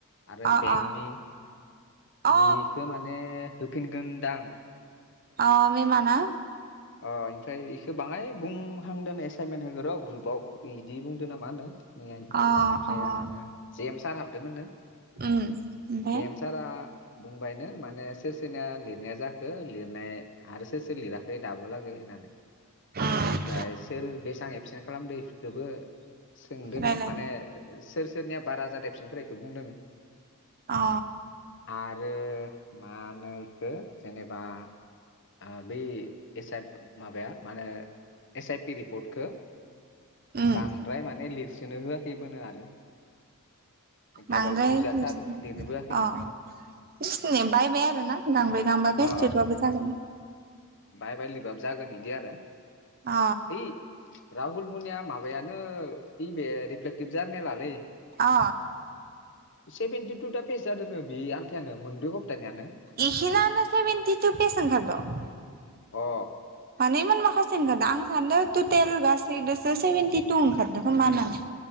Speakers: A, on the left (about 55°); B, on the right (about 40°).
A: आरो
B: अ
A: बेंकनि
B: अ अ
A: बिखो माने होफिनगोन दां।
B: अ मेमाना?
A: अ ओमफ्राय एखो बांङाय बुंहांदोनो एसाइनमेन्ट होगोन र ग्रुपाव इदि बुंदो ना मा नो। मैयायो
B: अ
A: ओमफ्राय
B: अ
A: आरो जेमस सार हाबदोंमोननो?
B: उम ओमफाय
A: जेम सारा बुंबायनो माने सोर सोरनिया लिरनाया जाखो लिरनाय आरो सोर सोर लिराखै दाबो लागै होननानै
B: अ
A: ओमफ्राय सोर बेसां एबसेन्ट खालामदो इफोरखोबो सोंदो
B: रायलायदो
A: नो माने सोर सोरनिया बारा जादो एबसेन्टफोरा इखो बुंदो
B: अ
A: आरो मा नो इखो जेनेबा ओ बेै एस आप माबाया मा होनो एस आइ पि रिपर्टखौ
B: उम
A: बांद्राय माने लिरसि नो होआखैबो नो आरो एखेबारे
B: बांद्राय
A: बुरजाथार
B: अ
A: लिरनोबो होआखैनो
B: अ बिसिन बायबाय आरोना गांब्रै गांबा पेजबाबो
A: अ
B: जागोन
A: बाय लिरबाबो जागोन बिदि आरो
B: अ
A: ओइ राहुल मोनिया माबायानो इबे रिफ्लेक्टिभ जार्नलालै।
B: अ।
A: सेभेेनटि टु दा पस जादों नो बे आन्थायानो मोनब्रै हप्तानियानो
B: इसिनानो सेभेनटि तु पेज ओंखारद'?
A: अ
B: मान इमान माखासे। खासे ओंखारदो आं सानदों टटेल गासैदसो सेभेेनटि टु ओंखारदों खोमा होनानै